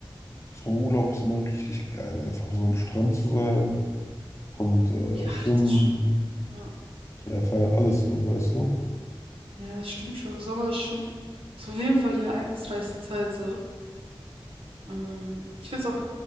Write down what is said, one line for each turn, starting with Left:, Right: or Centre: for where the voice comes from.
Left: So im Urlaub ist immer richtig geil, einfach so am Strand zu sein und äh,
Right: Ja,
Left: schwimmen,
Right: das ist schon. Ja,
Left: ja, feiern, alles so, weißt du?
Right: ja, es stimmt schon. Sommer ist schon ist auf jeden Fall die ereignisreichste Zeit so. Ähm, ich finde es auch,